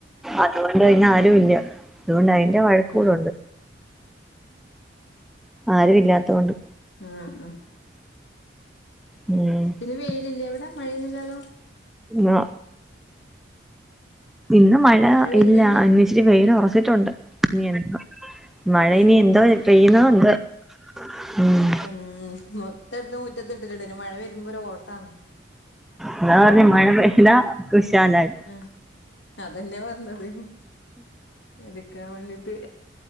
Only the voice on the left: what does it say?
ആഹ്
ഉം ഉം.
ഇന്ന് വെയിലില്ലേ അവിടെ മഴയൊന്നുല്ലാലോ?
പെയ്തിണോ
ഇന്ന്
അതെ
ഇന്ന്
വെയിലുണ്ട്
ഉം. മൊത്തം എടുത്ത് മുറ്റത്ത് ഇട്ടിട്ടുണ്ട്. ഇനി മഴ വരുമ്പോ ഒരു ഓട്ടാന്ന്.
മ്മ്. അതെന്നെ പറഞ്ഞത്. എട്ക്കാൻ വേണ്ടീട്ട്.